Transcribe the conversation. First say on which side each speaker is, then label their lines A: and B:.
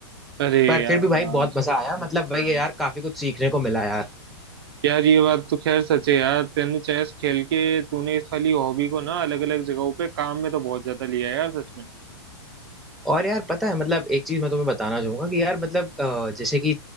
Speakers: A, on the right (about 60°); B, in the centre.
A: अरे
B: पर
A: यार
B: फिर भी भाई बहुत मजा आया मतलब भाई यार काफी कुछ सीखने को मिला यार
A: यार ये बात तो खैर सच है यार तेने चेस खेल के तूने इस वाली हॉबी को ना अलग अलग जगहों पे काम में तो बहुत ज्यादा लिया है यार सच में
B: और यार पता है मतलब एक चीज मैं तुम्हें बताना चाहूंगा कि यार मतलब अ, जैसे कि